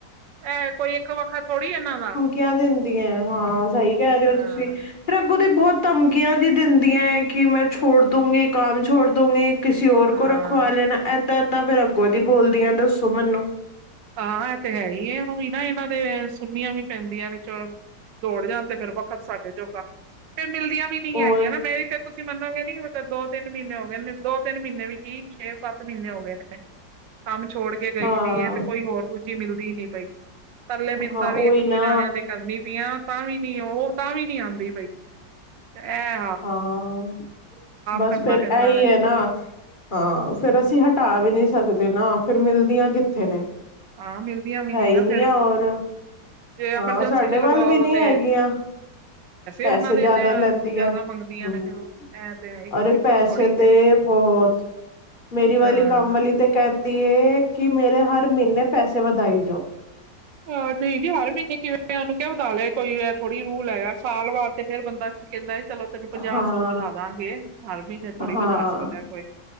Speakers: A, on the right (about 75°); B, on the left (about 30°).
A: ਇਹ ਕੋਈ ਇੱਕ ਵੱਖਤ ਥੋੜ੍ਹੀ ਇਹਨਾਂ ਦਾ।
B: ਕਹਿ ਦਿੰਦੀਆਂ ਹਾਂ, ਸਹੀ ਕਹਿ ਰਹੇ
A: ਹਾਂ,
B: ਹੋ ਤੁਸੀਂ। ਫਿਰ ਅੱਗੋ ਦੀ ਬਹੁਤ ਧਮਕੀਆ ਵੀ ਦਿੰਦੀਆਂ ਹੈ ਕਿ ਮੈਂ ਛੋੜ ਦੂੰਗੀ, ਕਾਮ ਛੋੜ ਦੂੰਗੀ। ਕਿਸੇ ਹੋਰ
A: ਹਾਂ।
B: ਕੋਲ ਰਖਵਾ ਲੈਣਾ ਇੱਦਾਂ-ਇੱਦਾਂ ਫਿਰ ਅੱਗੋ ਦੀ ਬੋਲਦੀ ਆ ਦੱਸੋ ਮੈਨੂੰ,
A: ਹਾਂ, ਇਹ ਤੇ ਹੈ ਹੀ ਏ ਉਹ ਵੀ ਨਾ ਇਹਨਾਂ ਦੇ ਸੁਨੀਆਂ ਵੀ ਪੈਂਦੀਆਂ ਨੇ, ਚਲੋ। ਦੌੜ ਜਾਣ, ਤੇ ਫਿਰ ਵੱਖਤ ਸਾਡੇ ਜੋਗਾ, ਤੇ ਮਿਲਦੀਆਂ ਵੀ ਨੀ
B: ਹੋਰ
A: ਹੈਗੀਆ ਨਾ ਮੇਰੀ ਤੇ, ਤੁਸੀਂ ਮੰਨਾਗੇ ਨੀ ਦੋ-ਤਿੰਨ ਮਹੀਨੇ ਹੋ ਗਏ ਨੇ, ਦੋ-ਤਿੰਨ ਮਹੀਨੇ ਵੀ ਕੀ ਛੇ-ਸੱਤ ਮਹੀਨੇ ਹੋ ਗਏ ਨੇ। ਕੰਮ ਛੋੜ ਕੇ ਗਈ
B: ਹਾਂ
A: ਦੀ ਏ ਤੇ ਕੋਈ ਹੋਰ ਦੂਜੀ ਮਿਲਦੀ ਈ ਨੀ ਪਈ। ਤਰਲੇ ਮਿੰਨਤਾ
B: ਹਾਂ ਉਹੀ
A: ਵੀ ਇੱਕ ਦੋ
B: ਨਾ
A: ਜਾਣਿਆਂ ਦੇ ਕਰਨੀ, ਆਂ ਤਾਂ ਵੀ ਨੀ ਓ ਤਾਂ ਵੀ ਨੀ ਆਂਦੀ ਪਈ, ਐ।
B: ਹਾਂ, ਬਸ
A: ਕਰਨਾ
B: ਫੇਰ
A: ਪੈਂਦਾ
B: ਐਈ
A: ਵੇ
B: ਏ ਨਾ, ਹਾਂ ਫੇਰ ਅਸੀਂ ਹਟਾ ਵੀ ਨੀ ਸਕਦੇ ਨਾ ਫੇਰ ਮਿਲਦੀਆਂ ਕਿੱਥੇ ਨੇ।
A: ਹਾਂ ਮਿਲਦੀਆਂ ਵੀ
B: ਹੈ
A: ਨੀ ਨਾ
B: ਈ ਨਈਂ
A: ਫੇਰ
B: ਆ ਹੋਰ।
A: ਜੇ ਐਮਰਜੈਂਸੀ
B: ਹਾਂ ਸਾਡੇ
A: ਚ
B: ਵੱਲ
A: ਲਗਵਾਓ
B: ਵੀ ਨੀ
A: ਤੇ
B: ਹੈਗੀਆ। ਪੈਸੇ
A: ਉਹਨਾਂ ਦੇ
B: ਜਿਆਦਾ
A: ਇੰਨੇ
B: ਲੈਂਦੀ
A: ਜ਼ਿਆਦਾ
B: ਆ। ਹੂੰ,
A: ਮੰਗਦੀਆਂ ਨੇ ਫੇਰ ਉਹ ਇਹ ਤੇ
B: ਅਰੇ
A: ਇੱਕ
B: ਪੈਸੇ
A: ਥੋੜ੍ਹੀ
B: ਤੇ ਬੋਤ। ਮੇਰੀ
A: ਹੈ
B: ਵਾਲੀ
A: ਹਾਂ
B: ਕੰਮ ਵਾਲੀ ਤੇ ਕਹਿੰਦੀ ਏ ਕਿ ਮੇਰੇ ਹਰ ਮਹੀਨੇ ਪੈਸੇ ਵਦਾਈ ਜਾਓ।
A: ਆਹ ਨਈਂ ਜੀ ਹਰ ਮਹੀਨੇ ਕਿਵੇਂ ਓਨੂੰ ਕਿਆ ਵਧਾ ਲਿਆ ਕੋਈ ਏ ਥੋੜੀ ਰੂਲ ਹੈਗਾ। ਸਾਲ ਬਾਅਦ ਤੇ ਫੇਰ ਬੰਦਾ ਕਹਿੰਦਾ ਏ ਚਲੋ ਤੈਨੂੰ ਪੰਜਾਹ-ਸੌ
B: ਹਾਂ,
A: ਵਧਾ ਦਾਂਗੇ। ਹਰ ਮਹੀਨੇ ਥੋੜ੍ਹੀ
B: ਹਾਂ,
A: ਵਧਾ ਸਕਦਾ ਕੋਈ,